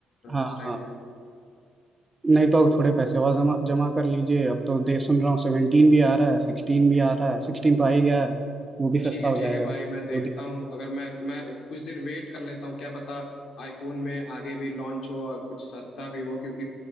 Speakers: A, on the right; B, on the left.
A: हाँ
B: उस टाइम
A: हाँ
B: पे
A: नहीं तो आप थोड़े पैसे और जमा जमा कर लीजिए अब तो दे सुन रहा हूँ सेवनटीन भी आ रहा है सिक्सटीन भी आ रहा है सिक्सटीन तो आ ही गया है वो भी सस्ता
B: ठीक है
A: हो
B: ठीक
A: जाएगा
B: है भाई
A: तो
B: मैं देखता
A: दिवाली
B: हूँ अगर मैं मैं कुछ देर वेट कर लेता हूँ क्या पता आईफोन में आगे भी लॉन्च हो और कुछ सस्ता भी हो क्योंकि